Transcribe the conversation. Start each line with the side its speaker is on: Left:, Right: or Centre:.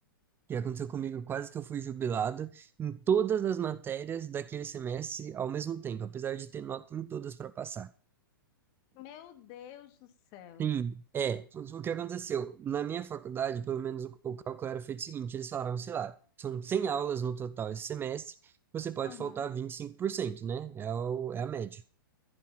Right: que aconteceu comigo quase que eu fui jubilado em todas as matérias daquele semestre ao mesmo tempo, apesar de ter nota em todas para passar.
Left: Meu Deus do céu.
Right: Sim, é, o que aconteceu? Na minha faculdade, pelo menos o, o cálculo era feito o seguinte, eles falaram, sei lá, são 100 aulas no total esse semestre, você pode
Left: Uhum.
Right: faltar 25%, né? É, o, é a média.